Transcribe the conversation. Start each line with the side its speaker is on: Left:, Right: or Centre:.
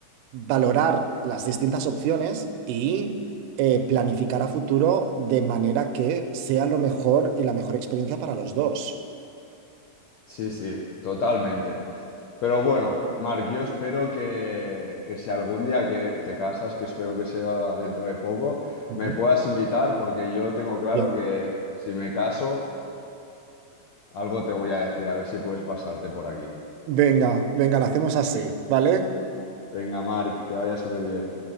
Right: valorar las distintas opciones y eh, planificar a futuro de manera que sea lo mejor y la mejor experiencia para los dos.
Left: sí, sí, totalmente. Pero bueno, Marc, yo espero que, que si algún día que te casas, que espero que sea dentro de poco,
Right: Ujú.
Left: me puedas invitar porque yo tengo claro
Right: Bien.
Left: que si me caso, algo te voy a decir, a ver si puedes pasarte por aquí.
Right: Venga, venga, lo hacemos así, ¿vale?
Left: Venga, Marc, que vaya súper bien.